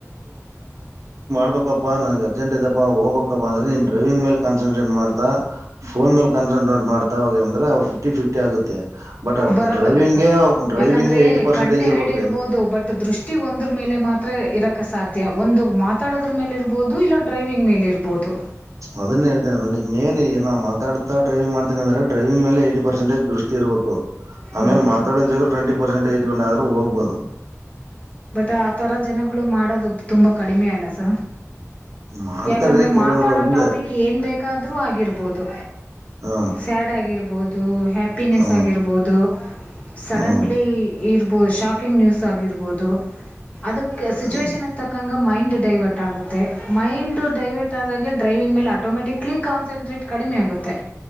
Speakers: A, on the right; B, on the left.
A: ಹಬೇಕಪ್ಪಾ ನನ್ಗೆ ಅರ್ಜೆಂಟ್ ಇದಪ್ಪಾ ಹೋಗ್ಬೇಕಾಪ್ಪ ಅ್ರೆ ನೀನ್ ಡೈವಿಂಗ್ ಮೇ ಕನ್ಸಟ್ರೇಟ್ ಮಾಡ್ಾಫೋನ್ ಮೇಲ್. ಕನ್ಸಂಟಟ್ ಮಾಡತಾವ ಅಂದ್ರೆವು ಫ್ಟಿಫಿಫಿ. ಷ್ಟ ಆಗುತ್ತೆ. ಬಟ್
B: ಬರಲ್ಲಲ್ಲ
A: ಡ್ರೈವಿಂಗ್ಗೆ
B: ಸರ್
A: ಡ್ರೈವಿಂಗ್ಗೆ
B: ಯಾಕಂದ್ರೆ
A: ಏಯ್ಟಿ ಪರ್ಸೆಂಟೇಜ್
B: ಕಣ್ಣ
A: ಇರ್ಬೇಕ್ರಿ
B: ಎರಡು ಇರ್ಬಹುದು ಬಟ್ ದೃಷ್ಟಿ ಒಂದ್ರ. ಮೇಲೆ ಮಾತ್ರ ಇರಕ್ಕೆ ಸಾಧ್ಯ. ಒಂದು ಮಾತಾಡೋದ್ರ ಮೇಲೆ ಇರಬಹುದು ಇಲ್ಲೊ. ಡ್ರೈವಿಂಗ್ ಮೇಲಿ ಇರ್ಬೋದು.
A: ಅದನ್ನೇ ಹೇತೇನೆಲ್ಲಿ ಮೇನ್ ಈಗ ನಾ ಮಾತಾಡ್ತ ಡ್ರೈವಿಂಗ್ ಮಾಡ್ತ. ಂದ್ರೆಡೈವಿಂಗ ಮೇ ಟಿ ಪರ್ಸೆಟಜ ದೃಷ್ಟಿ ಇಬೇಕು. ಆಮೇಲೆ
B: ಹೌದು
A: ಮಾತಾಡ
B: ಸರ್
A: ಬೇಕ್ರ ಟ್ವೆಂಟ ಪರ್ೆಂಟ್ ಇಟ್ೊಂಡ. ಹೋಗ್ಬೋದು.
B: ಬಟ್ ಆ ತರ ಜನಗಳು ಮಾಡೋದು ತುಂಬಾ ಕಡಿಮೆ ಅಲ್ಲ. ಸ.
A: ಮಾಡ್ತಾರೀ
B: ಯಾಕಂದ್ರೆ
A: ಕೆಲವರು
B: ಮಾತಾಡೋ
A: ಒಂದೆ
B: ಟಾಪಿಕ್ ಏನ್ ಬೇಕಾದ. ೂ ಆಗಿರ್ಬೋದು.
A: ಹಾ
B: ಸ್ಯಾಡ್ ಆಗಿರ್ಬಹುದು. ದೂ. ಹ್ಯಾಪಿನೆಸ್
A: ಹಾ
B: ಆಗಿರ್ಬೋದು ಸಡನ್ಲಿ
A: ಹ್ಮ್
B: ಇರ್. ಪ ಶಾಕಿಂಗ್ ನ್ಯೂಸ್ ಆಗಿರ್ಬೋದು. ಅದಕ್ಕೆ ಸಿಚುವೇೇಶನ್
A: ಹ್ಮ್
B: ತಕ್ಕಂಗ ಮೈಂಡ್ ಡೈವರ್ಟ್. ಆಗುತ್ತೆ ಮೈಂಡ್. ೈವರ್ಟ್ ಆದ ಡ್ರೈವಿಂಗ್ೇಲೆ ಆಟೋಮೆಟಿಕ್ ಕನ್ಸನ್ಟ್ರೇಟ್ ಕಡಿಮೆ ಆುತ್ತೆ. ಮತ್ತುೆ.